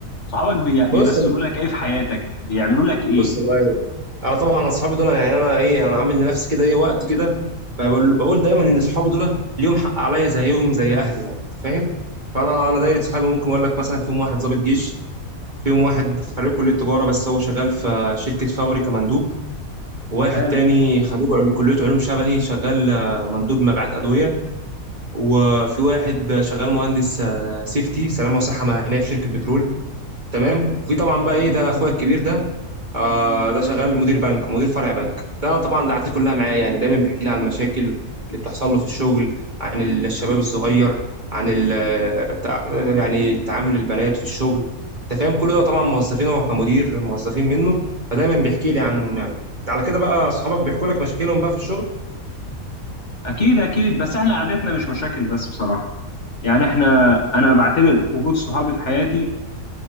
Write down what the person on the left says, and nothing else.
صحابك بي- بيمثلوا
لك ايه في حياتك بيعملوا لك ايه
قالوا
اكيد اكيد بس احنا قعدتنا مش مشاكل بس بصراحه يعني احنا انا بعتبر وجود صحابي في حياتي